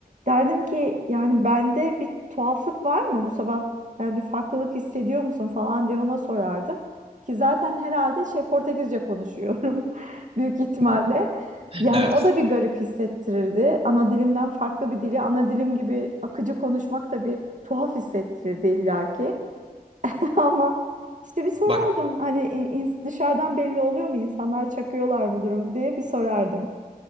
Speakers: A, on the right (about 55°); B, on the right (about 40°).
A: Derdim ki yani bende bir tuhaflık var mı bu sabah? Yani bir farklılık hissediyor musun falan diye ona sorardım. Ki zaten herhalde şey Portekizce konuşuyorum <laughs> büyük ihtimalle.
B: <laughs>
A: Yani
B: Evet.
A: o da bir garip hissettirirdi. Ana dilimden farklı bir dili, ana dilim gibi akıcı konuşmak da bir tuhaf hissettirirdi illaki. <laughs> Ama işte bir sorardım
B: Bak.
A: hani in- in- dışarıdan belli oluyor mu insanlar çakıyorlar mı durumu diye bir sorardım.